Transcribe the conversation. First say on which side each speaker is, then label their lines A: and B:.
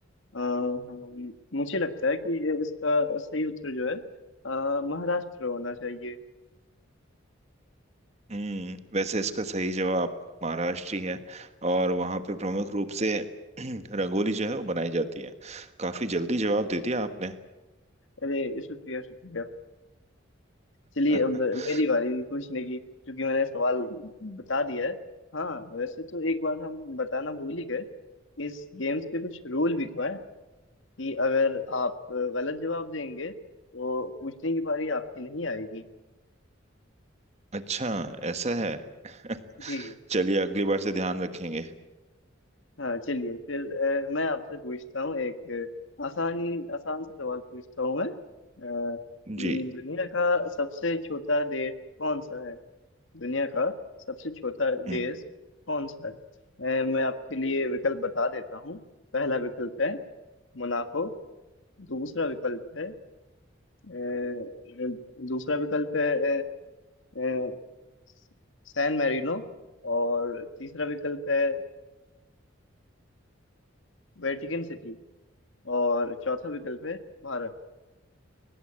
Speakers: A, on the left; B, on the right.
A: अ, हाँ, मुझे लगता है कि ये इसका सही उत्तर जो है अ, महाराष्ट्र होना चाहिए
B: हम्म वैसे इसका सही जवाब महाराष्ट्र ही है और वहाँ पे प्रमुख रूप से <clears throat> रंगोली जो है वो बनाई जाती है काफी जल्दी जवाब दे दिया आपने
A: अरे शुक्रिया शुक्रिया चलिए
B: <laughs>
A: अब मेरी बारी हुई पूछने की क्योंकि मैंने सवाल बता दिया है हाँ वैसे तो एक बात हम बताना भूल ही गए इस गेम्स के कुछ रूल भी तो है कि अगर आप गलत जवाब देंगे तो पूछने की बारी आपकी नहीं आएगी
B: अच्छा ऐसा है <laughs>
A: जी
B: चलिए अगली बार से ध्यान रखेंगे
A: हाँ चलिए फिर अ, मैं आपसे पूछता हूँ एक अ, आसानी आसान सा सवाल पूछता हूँ मैं अ, कि
B: जी
A: दुनिया का सबसे छोटा देश कौन सा है दुनिया का सबसे छोटा देश
B: हम्म।
A: कौन सा है ए, मैं आपके लिए विकल्प बता देता हूँ पहला विकल्प है मोनाको दूसरा विकल्प है ए, दूसरा विकल्प है ए, ए, सैन मैरिनो और तीसरा विकल्प है वेटिकन सिटी और चौथा विकल्प है भारत